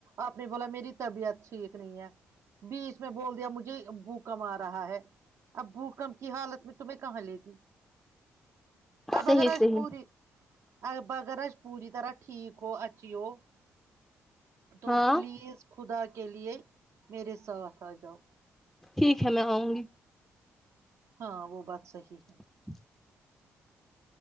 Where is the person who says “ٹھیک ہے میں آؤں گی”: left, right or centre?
Centre